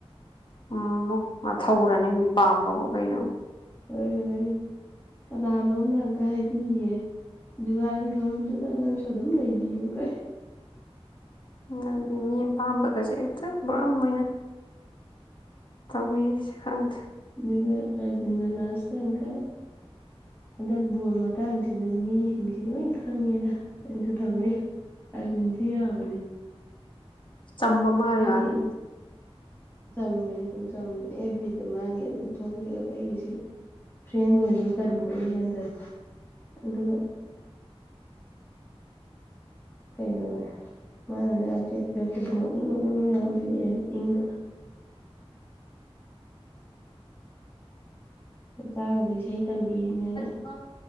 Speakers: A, on the left; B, on the left.
A: ꯎꯝ ꯃꯊꯧꯔꯅꯦ ꯃꯤ ꯄꯥꯝꯕꯕꯨ ꯀꯩꯅꯣ
B: ꯍꯣꯏ ꯀꯅꯥꯅꯣꯝꯅꯒ ꯍꯥꯏꯕꯤꯔꯤꯌꯦ ꯖꯨꯒꯥꯂꯤ ꯊꯧꯔꯝꯗꯨꯗ ꯅꯪꯁꯨ ꯑꯗꯨꯝ ꯂꯩꯕꯤꯌꯨ ꯀꯩ
A: <unintelligible> ꯑꯄꯥꯝꯕꯒꯁꯦ ꯍꯛꯇ ꯄꯣꯔꯝ ꯑꯣꯏꯅ ꯇꯧꯕꯤ ꯁꯤ ꯈꯪꯗ꯭ꯔꯦ
B: ꯑꯗꯨꯒ ꯑꯗꯨꯅ ꯂꯥꯁꯇꯀꯥ ꯍꯟꯗꯛ ꯕꯣꯜ ꯃꯇꯥꯡꯁꯤꯅ ꯃꯤꯁꯤꯡꯁꯤ ꯂꯣꯏ ꯈꯪꯉꯦꯗ ꯑꯩꯅꯁꯨ ꯊꯝꯃꯦ ꯑꯔꯖꯤꯁꯤ ꯌꯥꯕꯅꯦ
A: ꯁꯝꯕ ꯃꯥꯅ
B: ꯑꯩꯒꯤ
A: <unintelligible>
B: ꯆꯝꯃꯦ ꯑꯗꯨꯝ ꯆꯝꯃꯦ ꯑꯦꯞ ꯕꯤꯗ ꯃꯥꯒꯤ ꯑꯗꯨꯝ ꯊꯣꯛꯂꯛꯑꯦꯕ ꯑꯩꯁꯦ ꯐ꯭ꯔꯦꯟ ꯑꯣꯏꯕ꯭ꯔ ꯀꯔꯤꯅꯣ ꯑꯩ ꯒꯌꯥꯟ ꯇꯥꯗꯦ ꯑꯗꯨꯒ ꯀꯩꯅꯧ ꯃꯥꯅꯅꯦ ꯑꯞꯗꯦꯠ ꯄꯤꯔꯛꯄꯁꯦ ꯅꯣꯛꯅꯤꯡ ꯅꯣꯛꯅꯤꯡ ꯃꯌꯥꯝ ꯄꯤꯔꯛꯑꯦ ꯏꯪꯅ ꯑꯣꯛꯆꯥꯒꯗꯨ ꯏꯁꯩ ꯇꯝꯕꯤꯅꯦꯅ
A: <unintelligible>